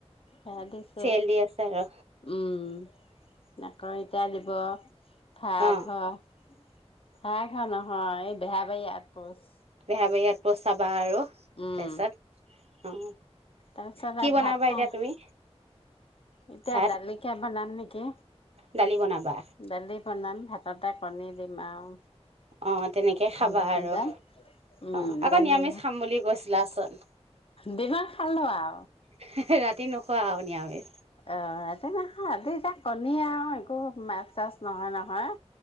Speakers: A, on the left; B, on the right.
A: ভৰা দিছে।
B: চিৰিয়েল দি আছে আৰু
A: উম আকৌ এতিয়া <inaudible> ভাড়াঘৰ ভাড়াঘৰ
B: অ
A: নহয় এই Beharbari out post.
B: Beharbari out post চাবা আৰু
A: উম
B: তাৰপিছত অ
A: তাৰপিছত
B: কি
A: আৰু
B: বনাবা
A: ভাত
B: এতিয়া
A: খাওঁ।
B: তুমি
A: এতিয়া
B: ভাত
A: দাইলকে বনাম নেকি?
B: দালি বনাবা
A: দাইল বনাম ভাত তাতে কণী দিম আৰু
B: অ তেনেকে
A: কণী
B: খাবা আৰু--অ
A: সিজাম উম
B: আকৌ
A: দালি
B: নিৰামিষ খাম বুলি কৈছিলাচোন। সেই
A: দিনত খালো আৰু
B: ৰাতি নোখোৱা আৰু নিৰামিষ।
A: অ এ নাখাওঁ দুটা কণী আৰু নহয় একো মাছ-চাছ নহয় নহয়।